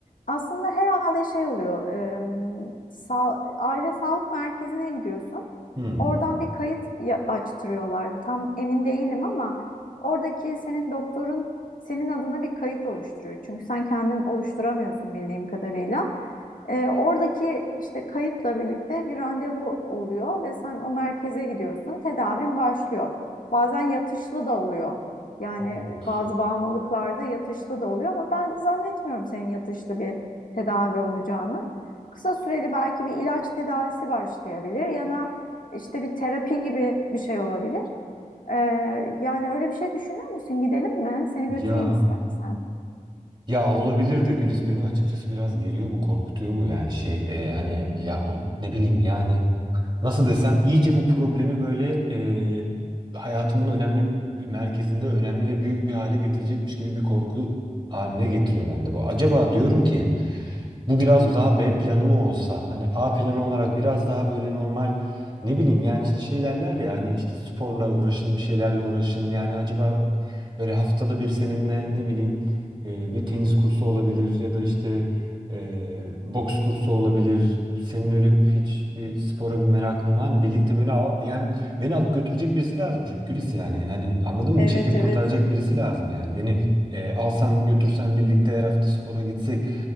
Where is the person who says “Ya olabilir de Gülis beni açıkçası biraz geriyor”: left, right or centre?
Right